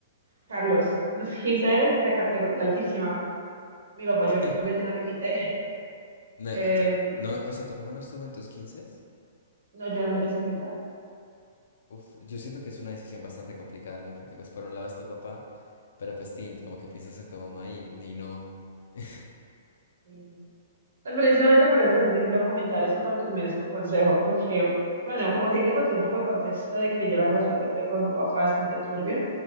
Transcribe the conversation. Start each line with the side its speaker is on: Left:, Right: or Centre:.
Right: Carlos, <laughs> unos 15 de categoría altísima. Mi papá,
Left: <laughs>
Right: yo obviamente no lo invité. <laughs>
Left: No,
Right: Eh,
Left: acá- no, o sea, ¿tu papá no estuvo en tus 15?
Right: no, yo no lo quise invitar.
Left: Uf, yo siento que es una decisión bastante complicada, ¿no? Porque pues por un lado es tu papá, pero pues tin, como que piensas en tu mamá y, y no. <laughs>
Right: Sí. Pues precisamente por eso también te quiero comentar eso para que me des tu consejo, porque, bueno, como que ahí te conté un poco el contexto de que yo la relación que tuve con mi papá fue bastante turbia,